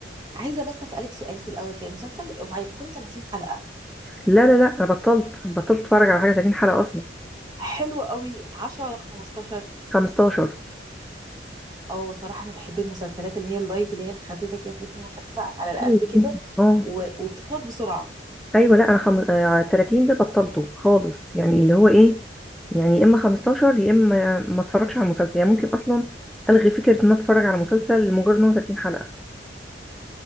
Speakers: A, on the right; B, in the centre.
A: عايزة بس أسألك سؤال في الأول كده المسلسل هيكون 30 حلقة
B: لا لا لا أنا بطلت بطلت أتفرج على حاجة 30 حلقة أصلا
A: حلو قوي 10 ولا 15
B: 15
A: اه صراحة انا بحب المسلسلات اللي هي اللايت اللي هي الخفيفة كده تحس ان هي خفيفة على القلب
B: <laughs>
A: كده
B: اه
A: و- وبتخلص بسرعة
B: أيوة لا أنا خم... آه، 30 ده بطلته خالص يعني اللي هو إيه يعني يا إما 15 يا إما ما أتفرجش على المسلسل يعني ممكن أصلا ألغي فكرة إن أنا أتفرج على مسلسل لمجرد إن هو 30 حلقة